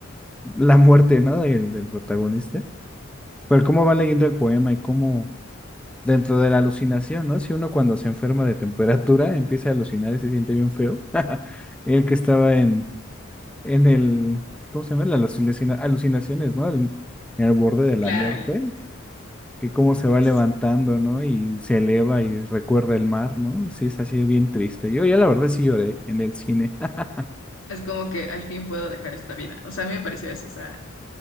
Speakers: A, in the centre; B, on the left.
A: la muerte, ¿no? Del, del protagonista. Pero cómo va leyendo el poema y cómo dentro de la alucinación, ¿no? Si uno cuando se enferma de temperatura empieza a alucinar y se siente bien feo. <laughs> El que estaba en, en el, ¿cómo se llama? Las alucina- alucinaciones, ¿no? El- en el borde de la
B: Claro,
A: muerte,
B: el-
A: que cómo se
B: es,
A: va levantando, ¿no? Y se eleva y recuerda el mar, ¿no? Sí, es así bien triste. Yo ya la verdad sí lloré en el cine. <laughs>
B: es como que al fin puedo dejar esta vida. O sea, a mí me pareció eso. O sea,